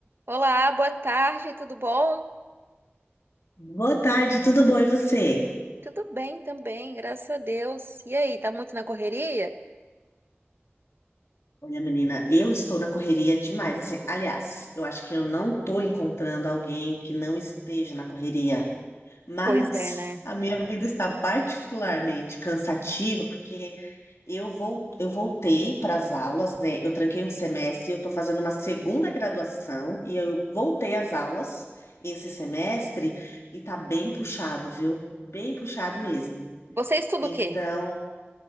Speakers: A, on the right; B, on the left.
A: Olá, boa tarde, tudo bom?
B: Boa tarde, tudo bom e você?
A: Tudo bem também, graças a Deus. E aí, tá muito na correria?
B: Olha, menina, eu estou na correria demais. Assim, aliás, eu acho que eu não estou encontrando alguém que não esteja na correria, mas
A: Pois é, né?
B: a minha vida está particularmente cansativa porque eu vou, eu voltei para as aulas, né? Eu tranquei um semestre, eu estou fazendo uma segunda graduação e eu voltei às aulas esse semestre e tá bem puxado, viu? Bem puxado mesmo.
A: Você estuda
B: Então,
A: o quê?